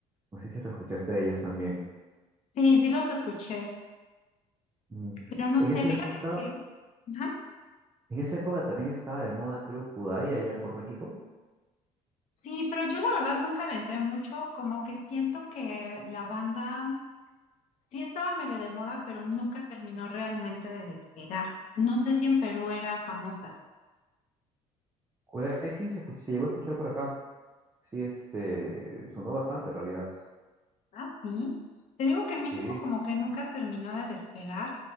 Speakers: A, on the right; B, on the left.
A: No sé si lo escuchaste de ellos también.
B: Sí, sí los escuché,
A: Mm.
B: pero no
A: En
B: sé,
A: esa
B: fíjate
A: época,
B: que, ajá.
A: en esa época también estaba de moda, creo, Kudai allá por México.
B: Sí, pero yo la verdad nunca le entré mucho, como que siento que la banda sí estaba medio de moda, pero nunca terminó realmente de despegar. No sé si en Perú era famosa.
A: Kudai sí se escuch- se llegó a escuchar por acá. Sí, este, sonó bastante en realidad.
B: Ah, sí. Te digo que en México
A: Sí.
B: como que nunca terminó de despegar.